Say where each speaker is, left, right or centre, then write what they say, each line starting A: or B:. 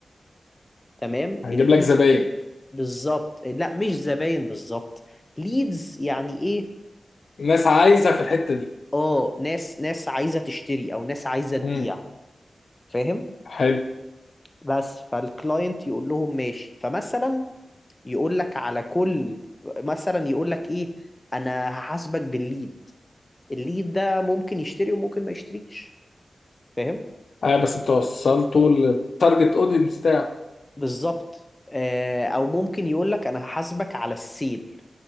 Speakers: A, on the left (about 25°); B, on the left (about 70°).
A: تمام
B: هنجيب
A: الليد
B: لك زباين
A: بالظبط لا مش زباين بالظبط ليدز يعني ايه
B: الناس عايزه في الحته دي
A: اه ناس ناس عايزه تشتري او ناس عايزه تبيع
B: مم.
A: فاهم
B: حلو
A: بس فالكلاينت يقول لهم ماشي فمثلا يقول لك على كل مثلا يقول لك ايه انا هحاسبك بالليد الليد ده ممكن يشتري وممكن ما يشتريش فاهم
B: اه بس انت وصلته للتارجت اودينس بتاعه
A: بالظبط آه، او ممكن يقول لك انا هحاسبك على السيل